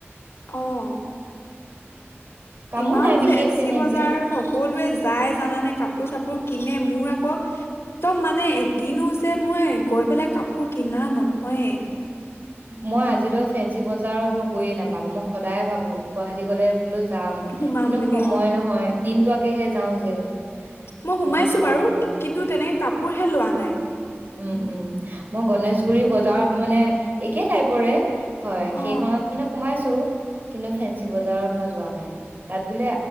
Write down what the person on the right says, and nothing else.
কামো
নাই বিশেষ
তেনেকে
মই আজিলৈ ফেন্সি বজাৰত মই গৈয়ে নাপালোঁ মই সদায় ভাবোঁ গুৱাহাটী গ'লে বোলো যাম
কিন্তু
সময়
নহয়। দিনটোৱাকেহে যাওঁ যে।
সেইটো
কাৰণে
উম-উম মই গণেশগুৰি বজাৰত মানে একে টাইপৰে হয়, সেইখনত
মানে সোমাইছো। কিন্তু ফেঞ্চি বজাৰত মই যোৱা নাই তাত বোলে